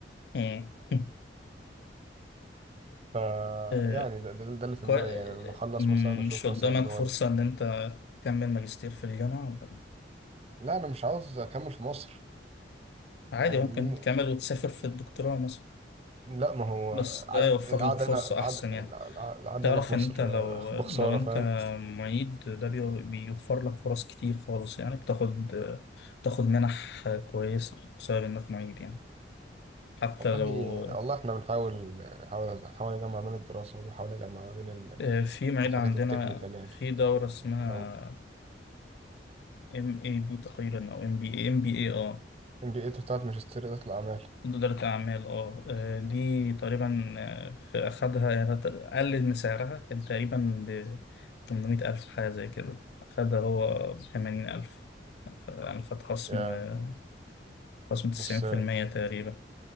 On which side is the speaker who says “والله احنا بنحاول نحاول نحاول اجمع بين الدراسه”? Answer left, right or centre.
Right